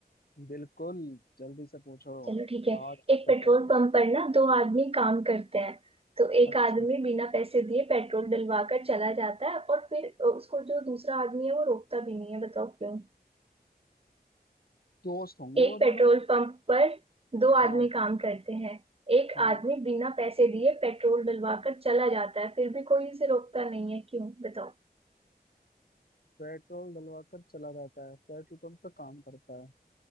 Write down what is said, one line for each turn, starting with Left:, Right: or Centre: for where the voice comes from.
Left: बिल्कुल जल्दी से पूछो
Right: चलो ठीक है
Left: आज
Right: एक
Left: पता
Right: पेट्रोल पंप पर ना दो आदमी काम करते हैं तो एक
Left: अच्छा
Right: आदमी बिना पैसे दिए पेट्रोल डलवा कर चला जाता है और फिर उसको जो दूसरा आदमी है वो रोकता भी नहीं है बताओ क्यों
Left: दोस्त होंगे
Right: एक
Left: वो
Right: पेट्रोल
Left: दोनों
Right: पंप पर दो आदमी
Left: हाँ
Right: काम करते हैं एक
Left: हाँ
Right: आदमी बिना पैसे दिए पेट्रोल डलवा कर चला जाता है फिर भी कोई उसे रोकता नहीं है क्यों बताओ
Left: पेट्रोल डलवा कर चला जाता है पेट्रोल पंप का काम करता है